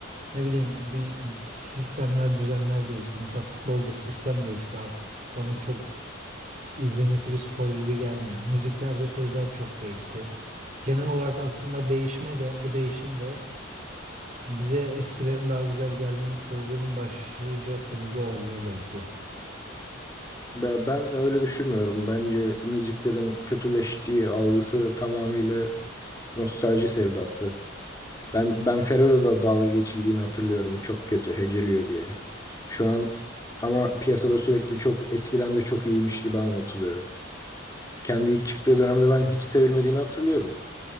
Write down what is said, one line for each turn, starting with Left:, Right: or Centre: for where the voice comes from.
Right: ne bileyim bir sistemler, düzenler değişti. Mesela futbolda sistem değişti artık. Bana çok izlenesi bir spor gibi gelmiyor. Müziklerde sözler çok değişti. Genel olarak aslında değişme de bu değişim de bize eskilerin daha güzel gelme sebebinin başlıca sebebi olabilir belki.
Left: Ben, ben öyle düşünmüyorum. Bence müziklerin kötüleştiği algısı tamamıyla nostalji sevdası. Ben Ben Fero'yla da dalga geçildiğini hatırlıyorum. Çok kötü heceliyor diye. Şu an ama piyasada sürekli çok eskiden de çok iyiymiş gibi anlatılıyor. Kendi ilk çıktığı dönemde ben hiç sevilmediğini hatırlıyorum.